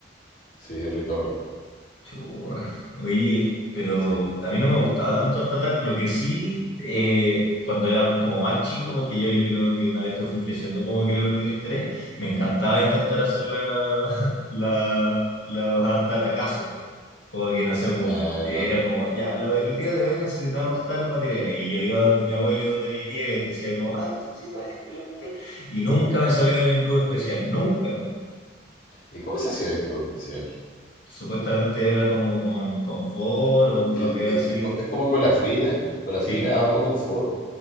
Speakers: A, on the left (about 45°); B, on the left (about 70°).
A: Sí, Rui Torres.
B: Churra. Oye, pero
A: Sí.
B: a mí no me gustaba tanto Art Attack. Lo que sí, eh, cuando era como más chico, porque yo, yo creo que una vez que fui creciendo, como que le perdí el interés, me encantaba intentar hacer la, <laughs> la, los Art Attackazos. Como que no sé, po,
A: Ah,
B: era
A: lo-
B: como, ya, lo del- el día de hoy necesitamos tales materiales. Y yo iba donde mi abuelo y donde mi tía y les decía, como, ah, necesito este, lo cuestión. Y nunca me salió el engrudo especial, nunca.
A: ¿Y cómo se hacía el engrudo especial?
B: Supuestamente era como con confort o un
A: El,
B: papel
A: es,
B: así
A: es co- es como cola fría, cola
B: Sí,
A: fría, agua, confort.